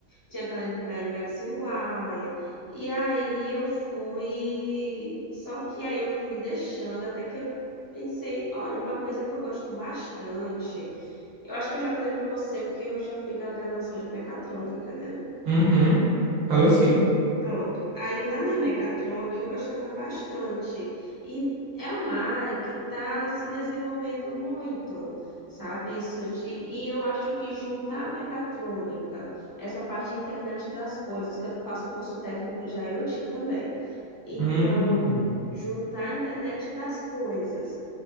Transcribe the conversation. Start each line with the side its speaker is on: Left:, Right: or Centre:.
Left: tinha talento para U x e UI. E aí eu fui, só que aí eu fui deixando até que eu pensei, olha, uma coisa que eu gosto bastante. Eu acho que eu já falei para você que eu já fui da graduação de mecatrônica, né?
Right: Uhum. Falou
Left: E
Right: sim.
Left: pronto. Aí lá na mecatrônica eu gostava bastante. E é uma área que está se desenvolvendo muito, sabe? Isso de. E eu acho que juntar a mecatrônica, essa parte de internet das coisas, que eu faço curso técnico de IoT também. Então,
Right: Uhum.
Left: juntar a internet das coisas